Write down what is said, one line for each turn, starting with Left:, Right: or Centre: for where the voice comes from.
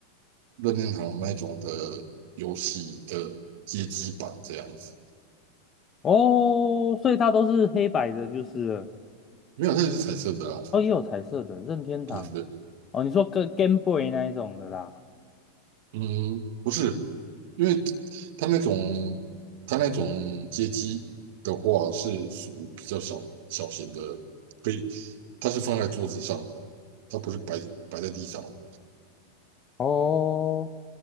Right: 任天堂那种的游戏的街机版这样子，
Left: 哦，所以它都是黑白的，就是了
Right: 没有，它也是彩色的啊。
Left: 哦，也有彩色的任天堂
Right: 对对，
Left: 哦，你说跟 Game Boy 那一种的啦
Right: 嗯，不是，因为它那种它那种街机的话是属于比较小小型的，可以，它是放在桌子上的，它不是摆摆在地上的。
Left: 哦，